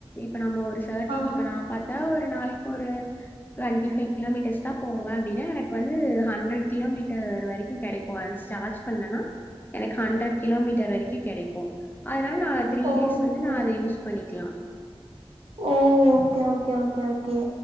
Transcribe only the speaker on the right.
ஆ
ஓஹோ
ஓ ஓகே ஓகே ஓகே ஓகே